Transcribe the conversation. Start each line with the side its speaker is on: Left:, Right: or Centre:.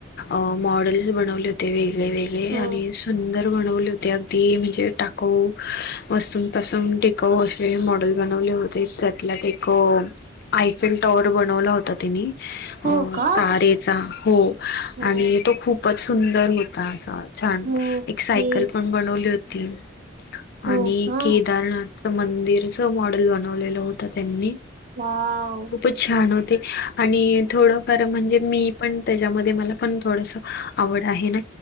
Left: अह मॉडेल्स बनवलेत ते वेगळे वेगळे
Right: हो
Left: आणि सुंदर बनवले होते अगदी म्हणजे टाकाऊ वस्तूंपासून टिकाऊ असे मॉडेल बनवले होते, त्यातल्यात एक आयफिल टॉवर बनवला होता तिनी अह
Right: हो का
Left: तारेचा हो
Right: हो
Left: आणि तो खूपच सुंदर होता असा छान.
Right: ओके
Left: एक सायकल पण बनवली होती.
Right: हो
Left: आणि
Right: का
Left: केदारनाथच मंदिरच मॉडेल बनवलेलं होत त्यांनी.
Right: वाव!
Left: खूपच छान होते, आणि थोडंफार म्हणजे मी पण तेज्यामध्ये मला पण थोडस आवड आहे ना